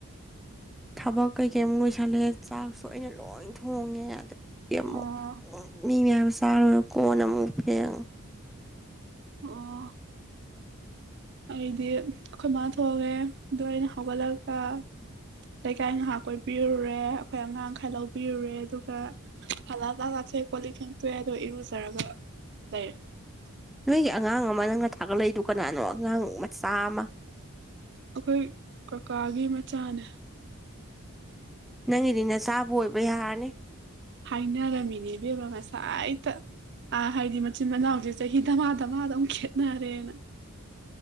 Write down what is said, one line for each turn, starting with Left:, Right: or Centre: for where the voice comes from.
Centre: ꯊꯕꯛ ꯀꯩꯀꯩꯃꯨꯛ ꯂꯁꯜꯂꯦ ꯆꯥꯛꯁꯨ ꯑꯩꯅ ꯂꯣꯏ ꯊꯣꯡꯉꯦ ꯑꯃꯨꯛ
Right: ꯑꯣ
Centre: ꯃꯤ ꯃꯌꯥꯝ ꯆꯥꯔꯨꯔ ꯀꯣꯟꯅ ꯑꯃꯨꯛ ꯐꯦꯡ
Right: ꯑꯣ ꯑꯩꯗꯤ ꯑꯩꯈꯣꯏ ꯃꯥ ꯊꯣꯛꯣꯡꯑꯦ ꯑꯗꯣ ꯑꯩꯅ ꯍꯧꯒꯠꯂꯒ ꯂꯩꯀꯥꯏ ꯉꯥꯏꯍꯥꯛ ꯀꯣꯏꯕꯤꯔꯨꯔꯦ ꯑꯩꯈꯣꯏ ꯑꯉꯥꯡꯈꯩ ꯂꯧꯕꯤꯔꯨꯔꯦ ꯑꯗꯨꯒ ꯍꯂꯥ ꯇ ꯀꯣ ꯂꯤꯛꯊꯦꯡ ꯇꯦꯗꯣ ꯏꯔꯨꯖꯔꯒ ꯂꯩꯔꯦ
Centre: ꯅꯣꯏꯒꯤ ꯑꯉꯥꯡ ꯅꯪꯅ ꯊꯥꯒꯠꯂꯛꯏꯗꯨ ꯀꯅꯥꯅꯣ ꯑꯉꯥꯡ ꯃꯆꯥ ꯑꯃ
Right: ꯑꯩꯈꯣꯏ ꯀꯀꯥꯒꯤ ꯃꯆꯥꯅꯦ
Centre: ꯅꯪꯒꯤꯗꯤ ꯅꯆꯥꯕꯨ ꯑꯣꯏꯕ ꯌꯥꯔꯅꯤ
Right: ꯍꯥꯏꯅꯔꯝꯃꯤꯅꯦꯕꯦꯕ ꯉꯁꯥꯏꯗ ꯑ ꯍꯥꯏꯗꯤ ꯃꯆꯤꯟ ꯃꯅꯥꯎꯁꯦ ꯆꯍꯤ ꯇꯃꯥ ꯇꯃꯥꯗ ꯑꯗꯨꯝ ꯈꯦꯅꯔꯦꯅ